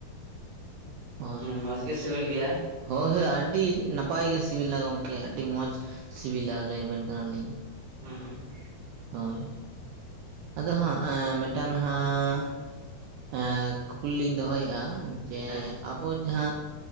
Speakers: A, on the right; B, on the right.
A: ᱦᱳᱭ
B: ᱢᱚᱸᱡᱽ ᱜᱮ ᱥᱤᱵᱤᱞ ᱜᱮᱭᱟ
A: ᱦᱳᱭ ᱦᱳᱭ ᱟᱹᱰᱤ ᱱᱟᱯᱟᱭ ᱜᱮ ᱥᱤᱵᱤᱞᱟ ᱜᱚᱢᱠᱮ ᱟᱹᱰᱤ ᱢᱚᱡᱽ ᱥᱤᱵᱤᱞᱟ ᱞᱟᱹᱭ ᱟᱵᱮᱱ ᱠᱟᱱᱟᱞᱤᱧ
B: ᱦᱩᱸ
A: ᱦᱳᱭ ᱟᱫᱚ ᱦᱟᱸᱜ ᱢᱤᱫᱴᱟᱝ ᱦᱟᱸᱜ ᱮᱸ ᱠᱩᱠᱞᱤ ᱞᱤᱧ ᱫᱚᱦᱚᱭᱮᱜᱼᱟ ᱡᱮ
B: ᱦᱮᱸ
A: ᱟᱵᱚ ᱡᱟᱦᱟᱸ